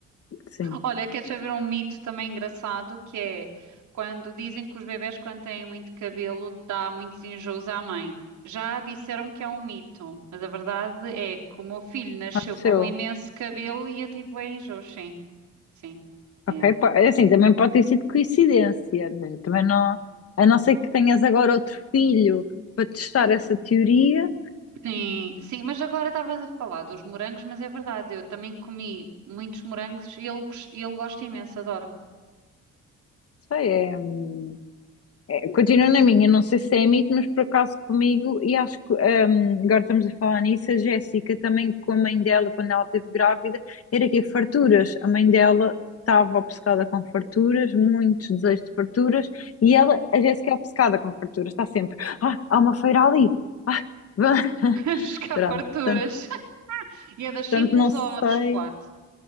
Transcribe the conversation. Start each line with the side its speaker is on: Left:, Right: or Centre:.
Left: Sim,
Right: Olha, quer saber um mito também engraçado que é quando dizem que os bebés quando têm muito cabelo dá muitos enjoos à mãe. Já disseram que é um mito, mas a verdade é que o meu filho nasceu
Left: aconteceu.
Right: com um imenso cabelo e eu tive bué enjoos, sim, sim. é.
Left: Ok, po- é assim, também pode ter sido coincidência, mas também não. A não ser que tenhas agora outro filho para testar essa teoria,
Right: Sim, sim, mas agora estavas a falar dos morangos, mas é verdade, eu também comi muitos morangos e ele, gos- e ele gosta imenso, adora.
Left: sei, é. hum, É, Continua na minha, não sei se é mito, mas por acaso comigo, e acho que hum, agora estamos a falar nisso, a Jéssica também, com a mãe dela, quando ela esteve grávida, era que farturas. A mãe dela estava obcecada com farturas, muitos desejos de farturas, e ela, a Jéssica é obcecada com farturas, está sempre, ah, há uma feira ali, ah, <laughs>
Right: <laughs> Buscar
Left: pronto,
Right: farturas.
Left: portanto,
Right: <laughs> E é das simples
Left: portanto, não
Right: ou
Left: sei,
Right: de chocolate?